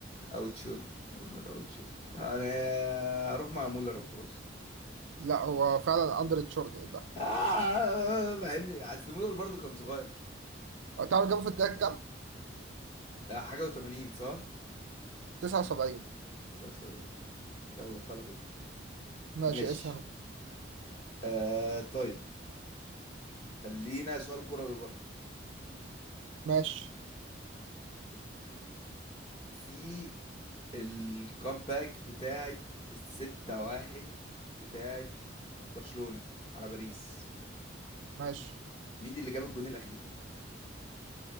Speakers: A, on the left; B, on the right.
A: او تشول مولر او تشول انا هروح مع مولر وخلاص
B: لا هو فعلا اندري تشورلا إيه ده
A: آه مع ان اصل مولر برضو كان صغير
B: آه، تعرف جابه في الدقيقه كام
A: آه، حاجه و80 صح
B: 79
A: 79 يلا فلتت
B: ماشي
A: ماشي
B: اسهم
A: آه طيب خلينا سؤال كروي برضه
B: ماشي
A: في الكامباك بتاعت الستة واحد بتاعت برشلونة على باريس
B: ماشي
A: مين اللي جاب الجون الأخير؟